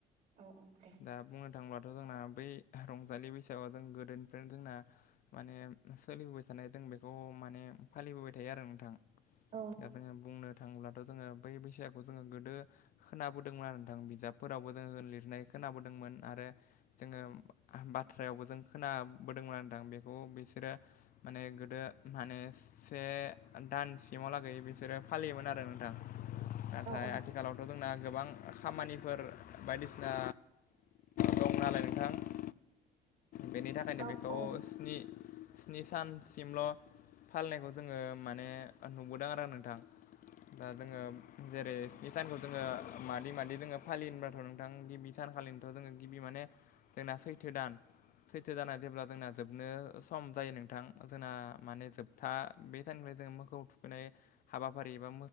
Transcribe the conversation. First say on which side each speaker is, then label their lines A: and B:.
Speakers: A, on the right (about 60°); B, on the left (about 55°).
A: औ औ दे।
B: दा बुंनो थाङोबथ' जोंना बै रंजालि बैसागुआव जों गोदोनिफ्रायनो जोंना माने सोलिबोबाय थानाय दों बेखौ माने माने फालिबोबाय थायो आरो नोंथां।
A: औ
B: दा जोङो बुंनो थाङोब्ला जोङो बै बैसागुखौ जोङो गोदो खोनाबोदोंमोन आरो नोंथां बिजाबफोरावबो जोङो लिरनाय खोनाबोदोंमोन आरो जोङो बाथ्रायावबो जों खोनाबोदोंमोन आरोदां बेखौ बिसोरो माने गोदो माने से दानसिमाव लागै बिसोरो फालियोमोन आरो नोंथां। नाथाय
A: औ
B: आथिखालावथ' जोंना गोबां खामानिफोर बायदिसिना दं नालाय नोंथां। बेनि थाखायनो
A: औ
B: बेखौ
A: औ
B: स्नि स्नि सानसिमल' फालिनायखौ जोङो माने नुबोदों आरो नोंथां। दा जोङो जेरै स्नि सानखौ जोङो मादै मादि जोङो फालियोबथ' नोंथां गिबि सान फालिनोथ' जोङो गिबि माने जोंना सैथो दान सैथो दाना जेब्ला जोंना जोबनो सम जायो नोंथां जोंना माने जोबथा बेटनिफ्राय जोङो मोखौ थुखैनाय हाबाफारि एबा